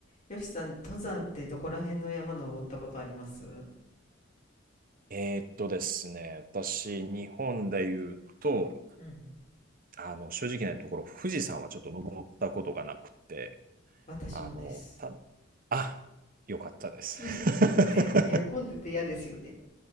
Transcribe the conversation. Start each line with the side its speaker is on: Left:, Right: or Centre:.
Left: よしさん、登山ってどこら辺の山登ったことありますう
Right: えーっとですね、私、日本で言うと、
Left: ん。
Right: あの、正直なところ、富士山はちょっと登ったことがなくて、
Left: 私もです。
Right: あの、た、あ、よかったです。
Left: <laughs>
Right: <laughs>
Left: いや、混んでて嫌ですよね。